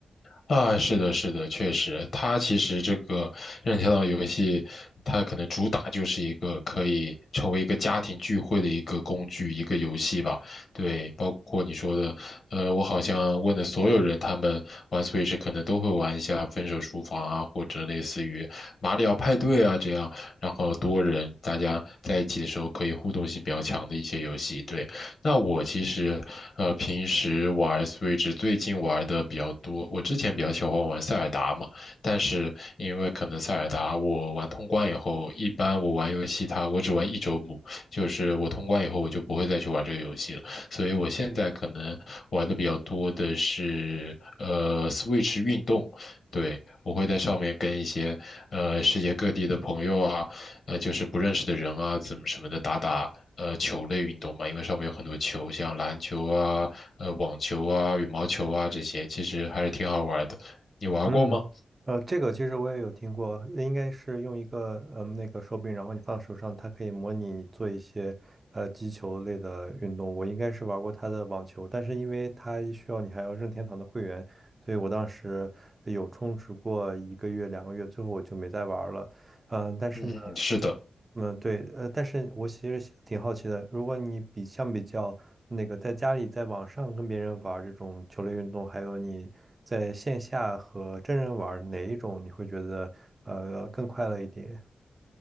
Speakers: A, on the left; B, on the right.
A: 啊，是的，是的，确实，它其实这个任天堂游戏，它可能主打就是一个可以成为一个家庭聚会的一个工具，一个游戏吧。对，包括你说的，呃，我好像问的所有人，他们玩 Switch 可能都会玩一下《分手厨房》啊，或者类似于《马里奥派对》啊这样，然后多人大家在一起的时候可以互动性比较强的一些游戏。对，那我其实呃平时玩 Switch 最近玩的比较多，我之前比较喜欢玩塞尔达嘛，但是因为可能塞尔达我玩通关以后，一般我玩游戏它我只玩一周目，就是我通关以后我就不会再去玩这个游戏了，所以我现在可能玩的比较多的是呃 Switch 运动。对，我会在上面跟一些呃世界各地的朋友啊，呃就是不认识的人啊，怎么什么的打打呃球类运动嘛，因为上面有很多球，像篮球啊、呃网球啊、羽毛球啊这些，其实还是挺好玩的。你玩过吗？
B: 嗯，呃，这个其实我也有听过，应该是用一个嗯、呃那个手柄，然后你放手上，它可以模拟你做一些呃击球类的运动。我应该是玩过它的网球，但是因为它需要你还要任天堂的会员，所以我当时有充值过一个月、两个月，最后我就没再玩了。嗯、但是呢。
A: 嗯嗯，是的。
B: 嗯，对，呃，但是我其实挺好奇的，如果你比相比较那个在家里在网上跟别人玩儿这种球类运动，还有你在线下和真人玩儿哪一种你会觉得呃更快乐一点？